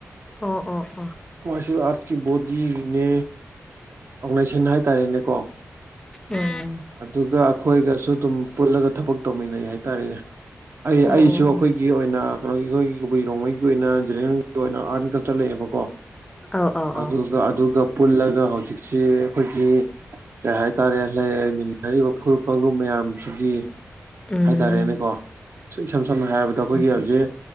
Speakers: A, on the left (about 15°); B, on the right (about 50°).
A: ꯑꯣ ꯑꯣ ꯑꯣ
B: ꯑꯩ ꯑꯥꯔꯠꯀꯤ ꯕꯣꯗꯤꯅꯦ ꯑꯣꯔꯒꯅꯥꯏꯖꯦꯁꯟ ꯍꯥꯏꯇꯥꯔꯦꯅꯦꯀꯣ
A: ꯎꯝ
B: ꯑꯗꯨꯒ ꯑꯩꯈꯣꯏꯒꯁꯨ ꯑꯗꯨꯝ ꯄꯨꯜꯂꯒ ꯊꯕꯛ ꯇꯧꯃꯤꯟꯅꯩ ꯍꯥꯏꯇꯥꯔꯦꯅꯦ ꯑꯩ
A: ꯑꯣ
B: ꯑꯩꯁꯨ
A: ꯑꯣ
B: ꯑꯩꯈꯣꯏꯒꯤ
A: ꯑꯣ
B: ꯑꯣꯏꯅ ꯀꯩꯅꯣꯒꯤ ꯑꯩꯈꯣꯏꯒꯤ ꯀꯕꯨꯏꯔꯣꯡꯉꯩꯒꯤ ꯑꯣꯏꯅ ꯖꯒꯤ ꯑꯣꯏꯅ ꯑꯥꯔꯠ ꯑꯦꯟ ꯀꯜꯆꯔ ꯂꯩꯌꯦꯕꯀꯣ
A: ꯑꯧ ꯑꯧ ꯑꯧ
B: ꯑꯗꯨꯒ ꯑꯗꯨꯒ ꯄꯨꯜꯂꯒ ꯍꯧꯖꯤꯛꯁꯤ ꯑꯩꯈꯣꯏꯒꯤ ꯀꯩ ꯍꯥꯏꯇꯥꯔꯦ ꯂꯩ ꯂꯩꯃꯤꯟꯅꯔꯤꯕ ꯐꯨꯔꯨꯞ ꯀꯥꯡꯂꯨꯞ ꯃꯌꯥꯝꯁꯤꯒꯤ
A: ꯎꯝ
B: ꯍꯥꯏꯇꯥꯔꯦꯅꯦꯀꯣ ꯏꯁꯝ ꯁꯝꯅ ꯍꯥꯏꯔꯕꯗ ꯑꯩꯈꯣꯏꯒꯤ
A: ꯎꯝ
B: ꯍꯧꯖꯤꯛ